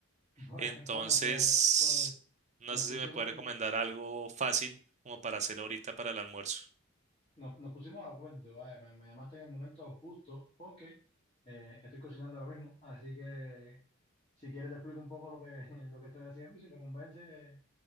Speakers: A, on the left; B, on the right.
A: <laughs>
B: Entonces,
A: Bueno, pues, pues
B: no
A: nos
B: sé
A: pusimos,
B: si me puede recomendar algo fácil como para hacer ahorita para el almuerzo.
A: nos, nos pusimos de acuerdo. vaya, me, me llamaste en el momento justo porque eh, estoy cocinando ahora mismo, así que si quieres te explico un poco lo que, <laughs> lo que estoy haciendo y si te convence,